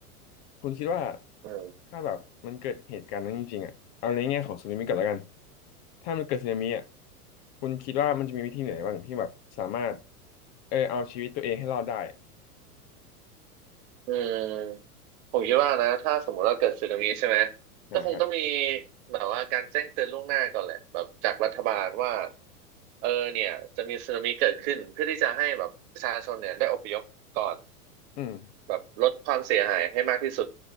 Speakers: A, on the left (about 45°); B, on the right (about 45°).
A: คุณคิดว่า
B: อืม
A: ถ้าแบบมันเกิดเหตุการณ์นั้นจริงๆอ่ะเอาในแง่ของสึนามิก่อนแล้วกันถ้ามันเกิดสึนามิอ่ะคุณคิดว่ามันจะมีวิธีไหนบ้างที่แบบสามารถเออเอาชีวิตตัวเองให้รอดได้
B: อืมผมคิดว่านะถ้าสมมติว่าเกิดสึนามิใช่ไหม
A: นะครับ
B: ก็คงต้องมีแบบว่าการแจ้งเตือนล่วงหน้าก่อนแหละแบบจากรัฐบาลว่าเออเนี่ยจะมีสึนามิเกิดขึ้นเพื่อที่จะให้แบบประชาชนเนี่ยได้อพยพก่อน
A: อืม
B: แบบลดความเสียหายให้มากที่สุด